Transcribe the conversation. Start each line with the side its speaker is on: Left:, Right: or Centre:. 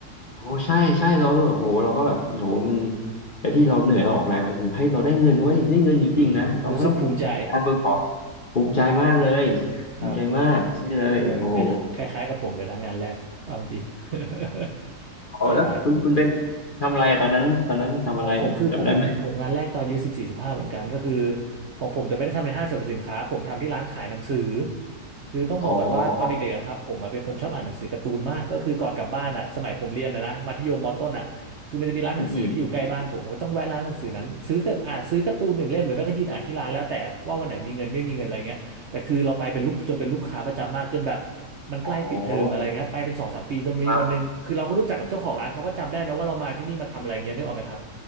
Left: โอ้ใช่ใช่เรารู้สึกแบบโหเราก็แบบโหมันไอ้ที่เราเหนื่อยเราออกแรงไปถึงเฮ้ยเราได้เงินเว้ยได้เงินจริงๆนะเราไม่ต้อง
Right: อืมรู้สึกภูมิใจ
Left: การเบอร์ขอภูมิใจมากเลย
Right: ครับ
Left: ภูมิใจมากนี่เลยโอ้โห
Right: เออคล้ายคล้ายๆกับผมเลยนะงานแรกเอาจริง <laughs>
Left: อ๋อแล้วคุณคุณเป็น
Right: ใช่
Left: ทำอะไรอะตอนนั้นตอนนั้นทำอะไรอะจำได้ไหม
Right: ของของผมคือผมเป็นผมงานแรกตอนอายุสิบสี่สิบห้าเหมือนกันก็คือของผมแต่ไม่ได้ทำในห้างสรรพสินค้าผมทำที่ร้านขายหนังสือคือต้องบอกก่อนว่าตอนเด็กๆอะครับผมอะเป็นคนชอบอ่านหนังสือการ์ตูนมากก็คือก่อนกลับบ้านอ่ะสมัยผมเรียนนะนะมัธยมมต้นอ่ะคือมันจะมีร้านหนังสือที่อยู่ใกล้บ้านผมผมก็ต้องแวะร้านหนังสือนั้นซื้อก็อ่านซื้อการ์ตูนหนึ่งเล่มหรือไม่ก็ยืนอ่านที่ร้านแล้วแต่ว่าวันไหนมีเงินไม่มีเงินอะไรเงี้ย
Left: อ๋ออืม
Right: แต่คือเราไปเป็นลูกจนเป็นลูกค้าประจำมากจนแบบมันใกล้ปิดเทอมอะไรเงี้ยไปเป็นสองสามปีจนมีวันหนึ่งคือเราก็รู้จักกับเจ้าของร้านเขาก็จำได้นะว่าเรามาที่นี่มาทำอะไรเงี้ยนึกออกไหมครับ
Left: อ๋อครับ